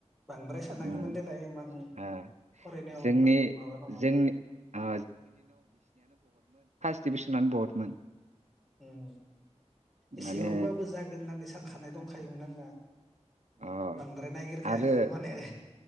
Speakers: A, in the centre; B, on the right.
A: बांद्राय सानाखैमोन
B: उम
A: देलाय इमान
B: ओ
A: फरायनायाव
B: जोंनि
A: इमान माबा नङामोन।
B: जोंनि ओ डिबिसनानो बहतमोन।
A: उम एसेबांबाबो
B: माने
A: जागोन होननानै सान खानाय दंखायोमोन आंना।
B: अ
A: बांद्राय नागिरखायाखैमोन
B: आरो
A: माने